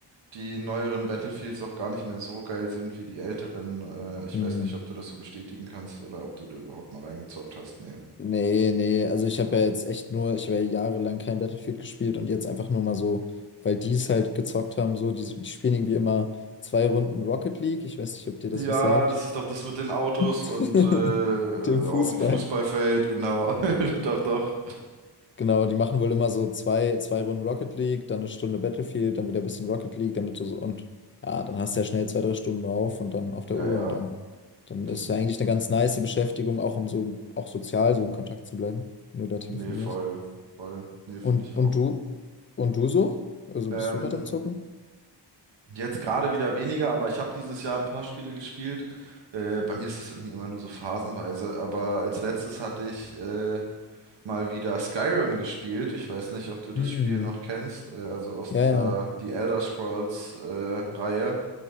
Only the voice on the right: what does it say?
die neueren Battlefields auch gar nicht mehr so geil sind wie die älteren. Äh, ich
weiß nicht, ob du das so bestätigen kannst oder ob du da überhaupt mal reingezockt hast. Nee.
Ja,
das ist doch das mit den Autos
und äh,
auf dem Fußballfeld, genau. <laughs> Doch, doch.
Ja,
ja.
Dann-
Nee, voll. Voll. Nee, finde
ich auch.
Ähm,
jetzt gerade wieder weniger, aber ich habe dieses Jahr ein paar Spiele gespielt. Äh, bei mir ist das irgendwie immer nur so phasenweise, aber als letztes hatte ich äh, mal wieder Skyrim gespielt. Ich weiß nicht, ob du das
Spiel noch kennst. Äh, also aus
dieser
die Elder Scrolls äh, Reihe.